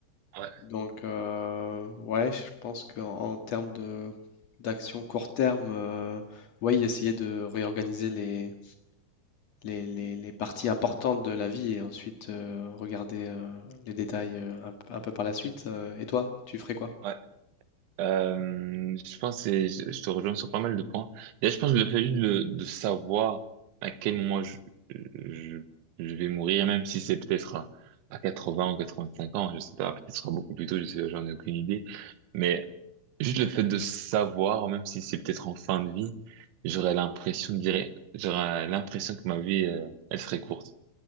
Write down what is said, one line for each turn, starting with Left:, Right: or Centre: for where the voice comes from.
Right: ouais,
Left: Donc, euh, ouais, je pense qu'en en termes de d'action court terme, euh, ouais, essayer de réorganiser les les, les- les parties importantes de la vie et ensuite euh, regarder euh, les détails euh, un, un peu par la suite. euh, et toi, tu ferais quoi?
Right: ouais. Euh, je pense que c'est- je je te rejoins sur pas mal de points. Là, je pense que le fait juste de, de savoir à quel moment je, je, je vais mourir, même si c'est peut-être à 80 ou 85 ans, je sais pas, peut-être ce sera beaucoup plus tôt, je sais, j'en ai aucune idée. Mais juste le fait de savoir, même si c'est peut-être en fin de vie, j'aurais l'impression de dire, j'aurais l'impression que ma vie, euh, elle serait courte.